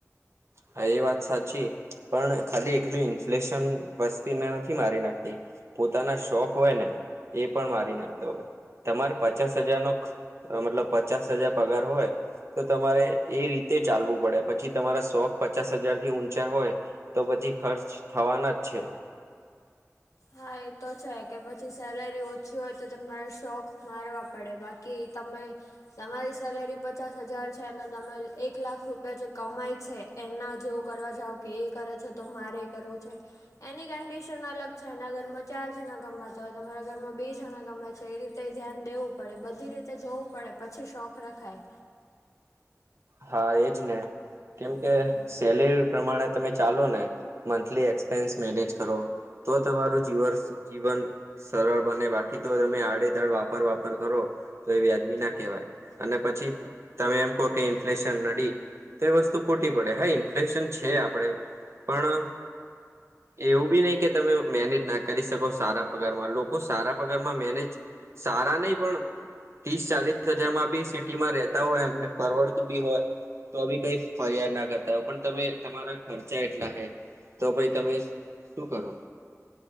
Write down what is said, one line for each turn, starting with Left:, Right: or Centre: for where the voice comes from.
Right: હા એ વાત સાચી પણ ખાલી એકલું ઇંચ ફેશન વસ્તીને નથી મારી નાખતી પોતાના શોખ હોય ને એ પણ મારી નાખતો હોય તમારે પચાસ હજારનો મતલબ પચાસ હજાર પગાર હોય તો તમારે એ રીતે ચાલવું પડે પછી તમારા શોખ પચાસ હજારથી ઊંચા હોય તો પછી ખર્ચ થવાના જ છે
Left: હા એ તો છે કે પછી સેલેરી ઓછી હોય તો તમારે શોખ મારવા પડે બાકી કી તમે તમારી સેલેરી પચાસ હજાર છે અને તમે એક લાખ રૂપિયા જે કમાય છે એના જેવું કરવા કે એ કરે છે તો મારે એ કરવું છે એની કન્ડીશન અલગ છે એના ઘરમાં ચાર જણા ગમાતા હોય તમારા ઘરમાં બે જણા ગમાય છે એ રીતે ધ્યાન દેવું પડે બધી રીતે એ રીતે જોવું પડે પછી શોખ રખાય
Right: હા એજ ને કેમ કે
Left: હમ
Right: સેલેરી એ પ્રમાણે તમે ચાલો ને મંથલી એક્સપેન્સ મેનેજ કરો તો તમારું જીવન શું જીવન સરળ બને બાકી તો તમે આડે ધડ વાપર વાપર કરો તો એ વ્યાજબી નાખ કેવાય અને પછી તમે એમ કહો કે ફ્લેશન નડી તે વસ્તુ ખોટી પડે હા ઇન્ફ્લેશન છે આપડે પણ એવું બી નઈ કે તમે મેનેજ ના કરી શકો સારા પગારમાં લોકો સારા પગારમાં મેનેજ સારા નઈ પણ ત્રીસ ચાલીસ હજારમાં બી સિટીમાં રેતા હોય એમને પરવડ <unintelligible> હોય તો બી કઈ ફરિયાદના કરતા હોય પણ તમે તમારા ખર્ચા એટલા હૈ તો ભઈ તમે શું કરો?